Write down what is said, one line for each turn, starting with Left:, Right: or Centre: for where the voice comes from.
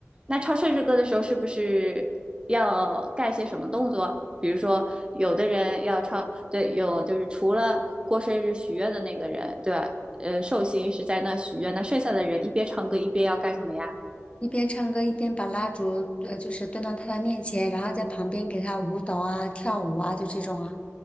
Right: 那唱生日歌的时候，是不是要干些什么动作？比如说，有的人要唱，对，有就是除了过生日许愿的那个人，对，呃，寿星是在那许愿，那剩下的人一边唱歌一边要干什么呀？
Left: 一边唱歌一边把蜡烛呃就是端到他的面前，然后在旁边给他舞蹈啊、跳舞啊，就这种啊，